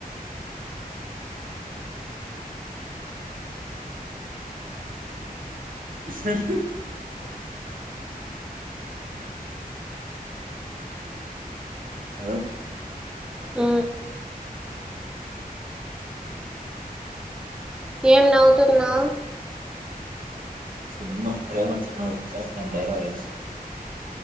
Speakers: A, on the right; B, in the centre.
A: <unintelligible> హలో
B: మ్ ఏం నవ్వుతున్నావు
A: సినిమా <unintelligible> డైలాగ్